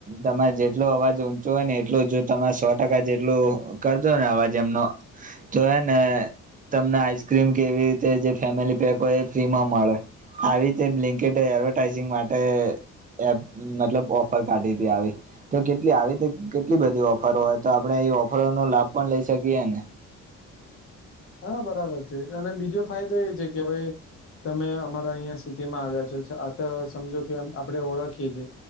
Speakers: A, on the right (about 25°); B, on the left (about 45°).
A: તમે. એટલો અવાજ ઊંચો હોય ને, એટલું જો તરે સો ટકા જેટલું કરજો ને, અવાજ એમનો. તો હ ને, તમને આઈસક્રીમ કે એવી રીતે જે ફેમિલી પેક હો, ય એ ફ્રી માં મળે. આવી રીતે બ્લેન્કેટ એડવર્ટાઈઝિંગ માટે. એપ મતલબ ઓફર કાઢી હતી આવી. તો કેટલી આવી તો કેટલી બધી ઓફરો હોય તો, આપણે એ ઓફરોનો લાભ પણ લઈ શકીએ ને.
B: હા, બરાબર છે, અને બીજો ફાયદો એ છે કે, ભાઈ. તમે અમારા અહીં સ્થિતિ માં આવ્યા છો, આ તો સમજો કે, આપણે ઓળખીએ છીએ.